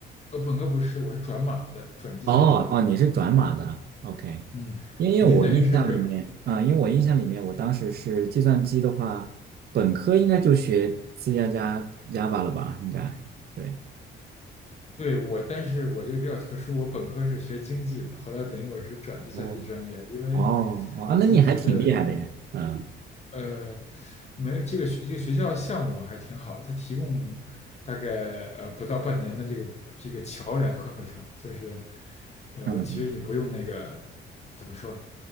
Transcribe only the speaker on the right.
哦哦，你是转码的，OK。
因为我印象里面，
啊、因为我印象里面，
我当时是计算机的话，本科应该就学 C 加加 Java 了吧？应该对。
哦
哦哦，
啊那你还挺厉害的呀！嗯
嗯，